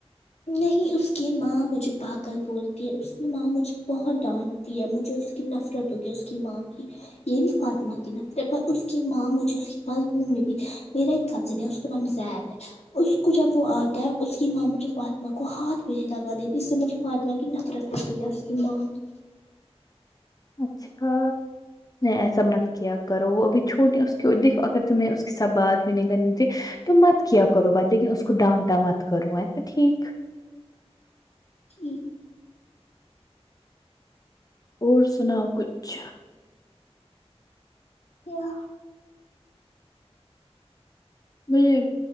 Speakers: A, on the left; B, on the left.
A: نہیں اس کی ماں مجھے پاگل بولتی ہے اس کی ماں مجھے بہت ڈانٹ ہے مجھے اس کی نفرت ہوگیا اس کی ماں کی یہ نہیں فاطمہ کی نفرت پر اس کی ماں مجھے اس کے پاس گھومنے بھی میرا ایک کزن ہے اس کا نام زید ہے اس کو جب وہ آتا ہے اس کی ماموں جب آتی ماں کو ہاتھ بہ لگا اس سے مجھے فاطمہ کی نفرت گئییس کہ ماں
B: اچھا ایسا مت کیا کرو وہ ابھی چھوٹی اس کی د اگر تمہیں اس کے ساتھ بعد بھی نگ تو مت کیا کرو بات لیکن اس کو ڈانٹا مت کرو ہے نا ٹھیک
A: کہ
B: اور سناؤ کچھ
A: کیا
B: میں